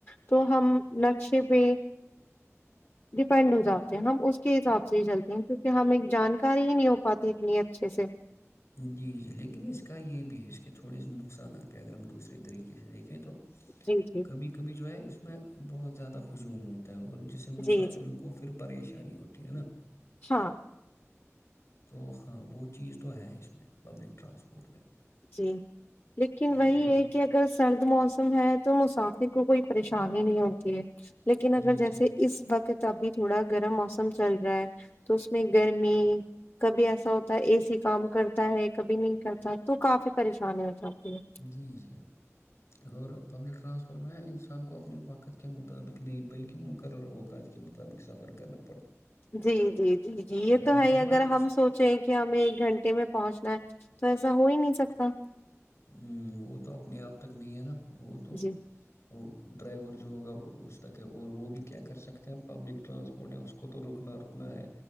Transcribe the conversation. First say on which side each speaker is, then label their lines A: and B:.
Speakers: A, on the left (about 45°); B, on the left (about 70°).
A: تو ہم نقشے پہ ڈیپینڈ ہو جاتے ہیں ہم اس کے حساب سے چلتے ہیں کیونکہ ہم ایک جانکاری ہی نہیں ہو پاتی اتنی اچھے سے
B: جی جی لیکن اس کا یہ بھی ہے اس کے تھوڑے سے نقصانات بھی اگر ہم دوسرے طریقے سے دیکھیں تو
A: جی جی
B: کبھی کبھی جو ہے اس میں بہت زیادہ خشومت اور جسے مسافروں
A: جی جی
B: کو پھر پریشانی ہوتی ہے نا
A: ہاں
B: تو ہاں وہ چیز تو ہے اس میں پبلک ٹرانسپورٹ میں
A: جی لیکن وہی
B: اور
A: ہے کہ اگر سرد موسم ہے تو مسافر کو کوئی پریشانی نہیں ہوتی ہے لیکن اگر
B: جی
A: جیسے
B: جی جی
A: اس وقت ابھی تھوڑا گرم موسم چل رہا ہے تو اس میں گرمی کبھی ایسا ہوتا ہے اے سی کام کرتا ہے کبھی نہیں کرتا تو کافی پریشانی ہو جاتی ہے
B: جی جی اور پبلک ٹرانسپورٹ میں انسان کو اپنے وقت کے مطابق نہیں بلکہ مقرر اوقات کے مطابق سفر کرنا پڑ
A: جی جی جی جی یہ
B: وہاں
A: تو ہے
B: پہ
A: اگر
B: مت اس
A: ہم
B: کو
A: سوچے کہ ہمیں ایک گھنٹے میں پہنچنا ہے تو ایسا ہو ہی نہیں سکتا سکتا
B: ہوں وہ تو اپنے آپ تک نہیں ہے نا وہ تو
A: جی
B: وہ ڈرائیور جو ہوگا اس تک ہے اور وہ بھی کیا کر سکتے ہیں پبلک ٹرانسپورٹ ہے اس کو تو رکنا رکنا ہے